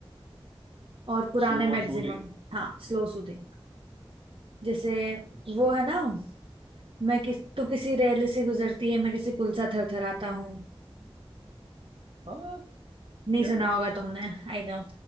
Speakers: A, on the right; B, on the right.
A: और पुराने
B: स्लो
A: मैक्सिमम
B: और सूदिंग
A: हाँ स्लो सूदिंग जैसे
B: अच्छा
A: वो है ना मैं किस तू किसी रेल से गुजरती है मैं किसी पुल सा थरथराता हूँ
B: हाँ
A: नहीं
B: क्या
A: सुना होगा तुमने I know